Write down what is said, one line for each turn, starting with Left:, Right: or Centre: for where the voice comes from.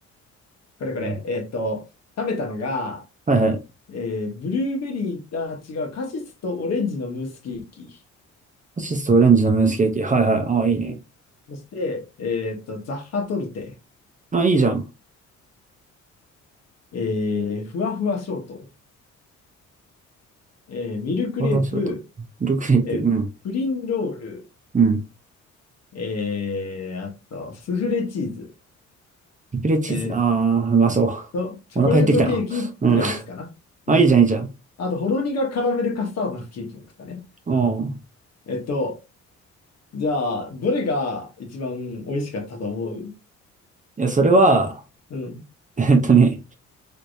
Left: これこれ、
Right: うん
Left: えっと、食べたのが、
Right: はいはい。
Left: えーブルーベリー、あ、違う、カシスとオレンジのムースケーキ。
Right: アシストオレンジのムースケーキ。はいはい。ああ、いいね。
Left: うんそして、えっと、ザッハトルテ、
Right: あ、いいじゃん。
Left: えーふわふわショート、えーミルクレープ、
Right: ワフルショート。ルクレープ。
Left: えープリンロール、
Right: うん。うん。
Left: えー、あと、スフレチーズ、
Right: リプレチーズ。
Left: えーっ
Right: ああ、うまそう。
Left: と、チョコレートケーキ、
Right: お腹減ってきたな。
Left: ティラミスかな。
Right: うん。あ、
Left: うん。
Right: いいじゃん、いいじゃん。
Left: あと、ほろ苦カラメルカスタードのケーキも食ったね。
Right: うん。
Left: えっと、じゃあ、どれが一番美味しかったと思う
Right: いや、それは、
Left: うん。
Right: えっとね、